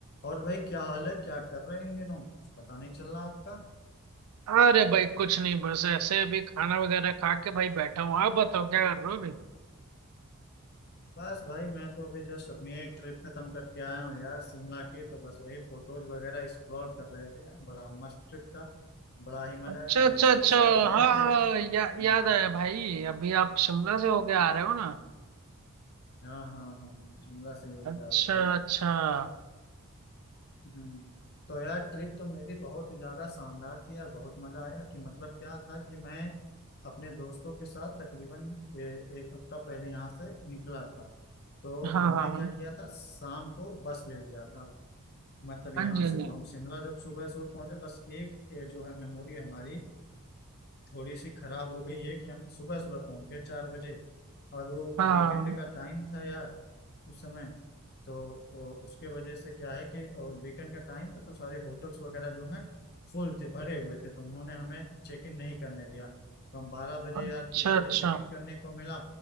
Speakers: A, on the left (about 45°); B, on the right (about 90°).
A: और भाई क्या हाल है क्या कर रहे हैं इन दिनों कुछ पता नहीं चल रहा आपका
B: अरे भाई कुछ नहीं बस ऐसे अभी खाना वगैरह खा के भाई बैठा हूँ आप बताओ क्या कर रहे हो अभी
A: बस भाई मैं तो अभी जस्ट अपनी एक ट्रिप खत्म करके आया हूँ यार शिमला की तो बस वही फोटोज वगैरह एक्सप्लोर कर रहे थे यार बड़ा मस्त ट्रिप था बड़ा ही मजा
B: अच्छा
A: आया
B: अच्छा
A: दोस्तों
B: अच्छा
A: के साथ गए
B: हाँ
A: थे
B: हाँ या,
A: हम्म,
B: याद आया भाई अभी आप शिमला से होके आ रहे हो ना
A: हाँ हाँ हाँ शिमला से ही होके
B: अच्छा
A: आया हूँ भाई
B: अच्छा हाँ
A: हम्म, तो यार ट्रिप तो मेरी बहुत ही ज्यादा शानदार थी यार बहुत मजा आया कि मतलब क्या था कि मैं अपने दोस्तों के साथ तकरीबन ए, एक हफ्ता पहले यहाँ से निकला था तो
B: हाँ
A: हमने
B: हाँ
A: क्या किया था शाम को बस ले लिया था मतलब
B: हाँ
A: यहाँ
B: जी हाँ
A: से
B: जी
A: तो हम शिमला जब सुबह सुबह पहुंचे बस एक ये जो है मेमोरी हमारी थोड़ी सी खराब हो गई है कि हम सुबह सुबह पहुंच गए चार बजे और वो
B: हाँ
A: वीकेंड
B: हाँ हाँ।
A: का टाइम था यार उस समय तो, तो उसके वजह से क्या है कि वीकेंड का टाइम था तो सारे होटल्स वगैरह जो हैं फुल थे भरे हुए थे तो उन्होंने हमें चेक इन नहीं करने दिया तो हम बारह बजे
B: अच्छा
A: या एक बजे
B: अच्छा
A: चेक इन करने को मिला